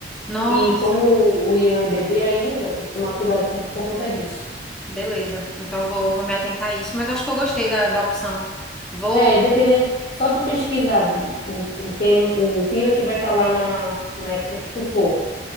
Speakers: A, in the centre; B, on the left.
A: Nossa,
B: E como o Ian é bebê ainda, tem que tomar cuidado com- por conta disso.
A: beleza. Então vou, vou me atentar a isso, mas eu acho que eu gostei da, da opção. Vou,
B: É, e dependendo, só tu pesquisar do, o, o tema, o clima que vai estar lá na, na época que tu for.